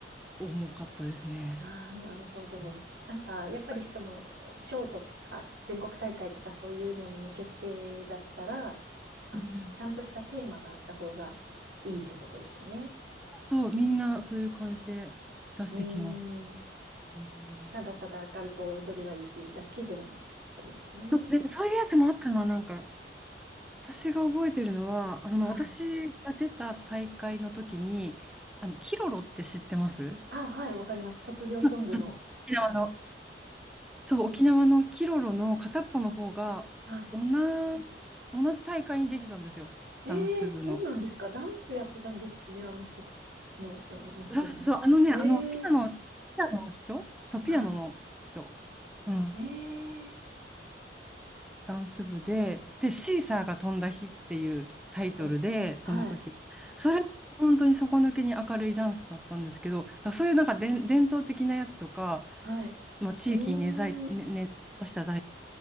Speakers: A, in the centre; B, on the right.
A: 重かったですね。
B: ああ、なるほど。
A: う
B: なんか、やっぱりその、
A: ん
B: 賞とか、全国大会とかそういうのに向けてだったら、あの、
A: うん
B: ちゃんとしたテーマがあった方がいいってことですよね。
A: そう、みんなそういう感じで出してきます。
B: うーん。
A: うん。
B: ただただ明るく踊りはいいっていうだけではないってことですね。
A: で、そういうやつもあったな、なんか、私が覚えてるのは、あの、
B: はい。
A: 私が出た大会の時に、あの、キロロって知ってますう
B: あ、はい、わかります。卒業ソングの。
A: ん沖縄の、そう、沖縄のキロロの片っぽの方が、
B: はい。
A: 同じ、同じ大会に出てたんですよ、
B: ええそうなんですか。
A: ダンス部の。
B: ダンスやってたんですね。
A: え
B: あの人たちの、うんもう一人になって。
A: そうそうそう、あのね、
B: ええ
A: あの、ピアノ、ピアノの人そう、ピアノの人。
B: は
A: うん。
B: い。ええ
A: ダンス部で、で、シーサーが飛んだ日っていうタイトルで、
B: ほはい。
A: その時、それ、本当に底抜けに明るいダンスだったんですけど、だからそういうなんか伝伝統的なやつとか、
B: はい。
A: まあ、地域に根ざい、
B: うーん。
A: ね、根ざしたダンス、